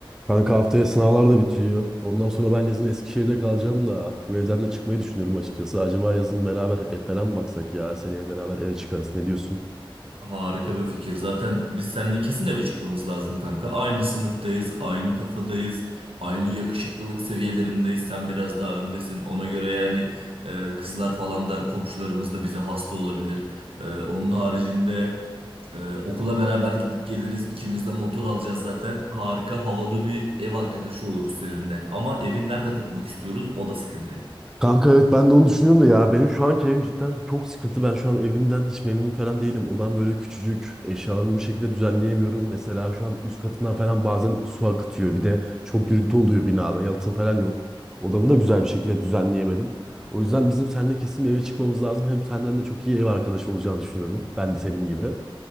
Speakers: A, in the centre; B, on the right.
A: Kanka haftaya sınavlar da bitiyor. Ondan sonra ben yazın Eskişehir'de kalacağım da bu evden de çıkmayı düşünüyorum açıkçası. Acaba yazın beraber ev falan mı baksak ya? Seneye beraber eve çıkarız. Ne diyorsun?
B: Harika bir fikir. Zaten biz seninle kesin eve çıkmamız lazım kanka. Aynı sınıftayız, aynı kafadayız, aynı yakışıklılık seviyelerindeyiz. Sen biraz daha öndesin. Ona göre yani e, kızlar falan da komşularımız da bize hasta olabilir. E, onun haricinde e, okula beraber gidip geliriz. İkimiz de motor alacağız zaten. Harika havalı bir ev arkadaşı oluruz seninle. Ama evi nerede tutmak istiyoruz? O da sıkıntı.
A: Kanka evet ben de onu düşünüyorum da ya benim şu anki evim cidden çok sıkıntı. Ben şu an evimden hiç memnun falan değilim. Odam böyle küçücük. Eşyalarımı bir şekilde düzenleyemiyorum. Mesela şu an üst katımdan falan bazen su akıtıyor. Bir de çok gürültü oluyor binada. Yalıtım falan yok. Odamı da güzel bir şekilde düzenleyemedim. O yüzden bizim seninle kesin bir eve çıkmamız lazım. Hem senden de çok iyi ev arkadaşı olacağını düşünüyorum. Ben de senin gibi.